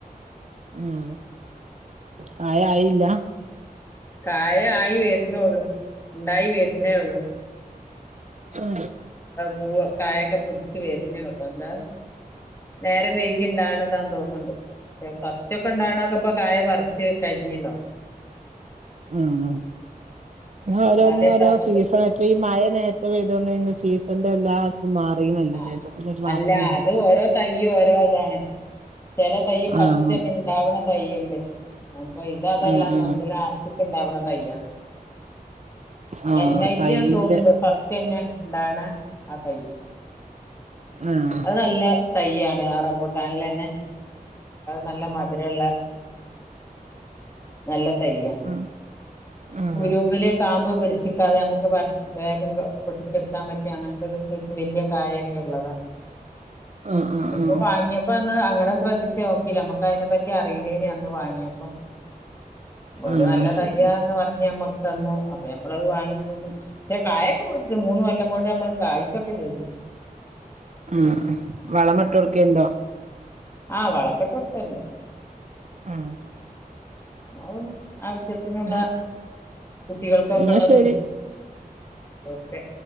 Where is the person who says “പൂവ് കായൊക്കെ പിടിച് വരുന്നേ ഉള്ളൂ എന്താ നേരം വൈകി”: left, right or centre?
Left